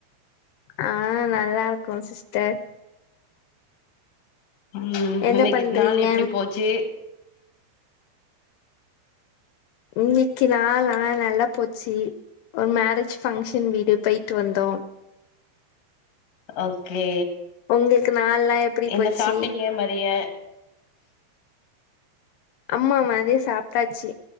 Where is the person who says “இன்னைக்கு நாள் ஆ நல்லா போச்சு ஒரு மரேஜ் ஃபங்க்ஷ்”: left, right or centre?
Left